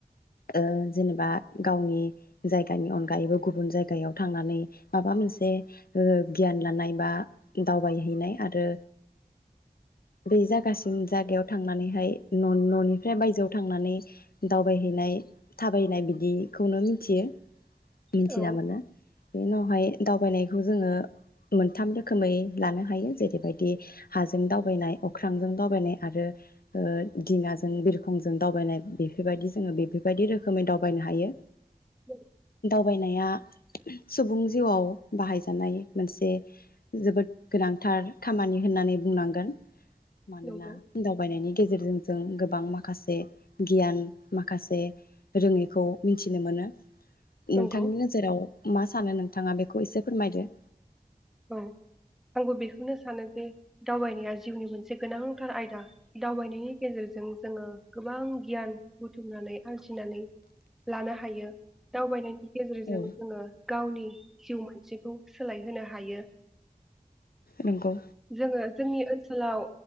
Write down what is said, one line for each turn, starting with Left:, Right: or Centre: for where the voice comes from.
Left: ओ जेनेबा गावनि जायगानि अनगायैबो गुबुन जायगायाव थांनानै माबा मोनसे ओ गियान लानाय बा दावबायहैनाय आरो बै जागासिम जागायाव थांनानैहाय न'-न'निफ्राय बायजोआव थांनानै दावबायहैनाय थाबायहैनाय बिदिखौनो मिथियो मिथिना
Centre: औ
Left: मोनो बे उनावहाय दावबायनायखौ जोङो मोनथाम रोखोमै लानो हायो ज बेबायदि हाजों दावबायनाय अख्रांजों दावबायनाय आरो ओ दिङाजों बिरखंजों दावबायनाय बेफोरबायदि जोङो बेफोरबायदि रोखोमै दावबायनो हायो
Centre: <inaudible>
Left: दावबायनाया सुबुं जिउआव बाहायजानाय मोनसे जोबोद गोनांथार खामानि होननानै बुंनांगोन मानोना
Centre: नंगौ
Left: दावबायनायनि गेजेरजों जों गोबां माखासे गियान माखासे रोङैखौ मिथिनो मोनो नोंथांनि
Centre: नंगौ
Left: नोजोराव मा सानो नों नोंथाङा बेखौ एसे फोरमायदो
Centre: औ आंबो बेखौनो सानो जे दावबायनाया जिउनि मोनसे गोनांथार आयदा दावबायनायनि गेजेरजों जोङो गोबां गियान बुथुमनानै आरजिनानै लानो हायो दावबायनायनि गेजेरजों
Left: औ
Centre: जोङो गावनि जिउ मानसिखौ सोलायहोनो ह हायो
Left: नंगौ
Centre: जोङो जोंनि ओ ओनसोलाव